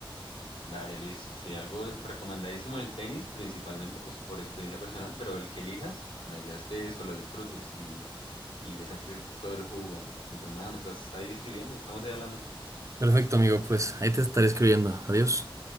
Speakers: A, on the left; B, on the right.
A: Dale, Luis, si algo recomendadísimo el tenis, principalmente pues por experiencia personal, pero el que elijas, la idea es que eso lo disfrutes y, y le saques todo el jugo. Y pues nada, me estás ahí escribiendo y estamos ahí hablando.
B: Perfecto, amigo, pues ahí te estaré escribiendo. Adiós.